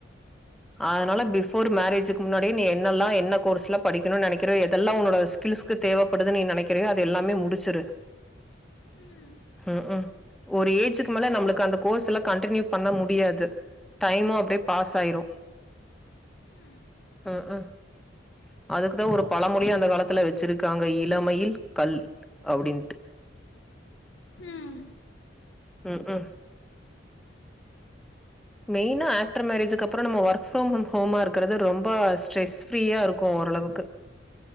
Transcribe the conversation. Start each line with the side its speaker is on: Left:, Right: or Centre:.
Centre: அதனால பிஃபோர் மேரேஜுக்கு முன்னாடியே நீ என்னல்லா என்ன கோர்ஸ்லா படிக்கணு நெனைக்கிற எதெல்லா உன்னோட ஸ்கில்ஸ்க்கு தேவைப்படுது நீ நெனைக்கிறியோ அது எல்லாமே முடிச்சிரு
Left: ம் ம்
Centre: ம் ம் ஒரு ஏஜுக்கு மேல நம்மளுக்கு அந்த கோர்ஸ் எல்லா கண்டினியூ பண்ண முடியாது. டைமு அப்டியே பாஸ் ஆயிரு
Left: ம்
Centre: ம் ம் அதுக்குதா ஒரு பழமொழியே அந்த காலத்துல வச்சிருக்காங்க இளமையில் கல் அப்டின்ட்டு.
Left: ம்
Centre: ம் ம் மெயினா ஆஃப்டர் மேரேஜுக்கு அப்புறோ நம்ம ஒர்க் ஃப்ரம் ஹோமா இருக்கறது ரொம்ப ஸ்ட்ரெஸ் ஃப்ரீயா இருக்கு ஓரளவுக்கு.